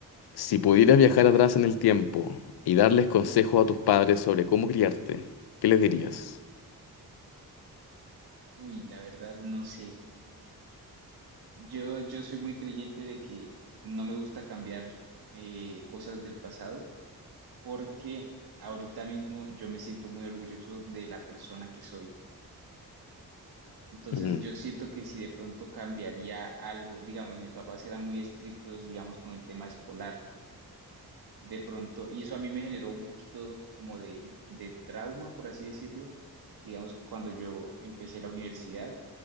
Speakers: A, on the left; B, on the right.
A: Si pudieras viajar atrás en el tiempo y darles consejos a tus padres sobre cómo criarte, ¿qué les dirías?
B: Uy, la verdad no sé. Yo, yo soy muy creyente de que no me gusta cambiar eh, cosas del pasado porque ahorita mismo yo me siento muy orgulloso de la persona que soy. Entonces
A: Mm,
B: yo siento que si de pronto cambiaría algo, digamos, mis papás eran muy estrictos, digamos, con el tema escolar. De pronto, y eso a mí me generó un poquito como de, de trauma, por así decirlo. Digamos que cuando yo empecé la universidad,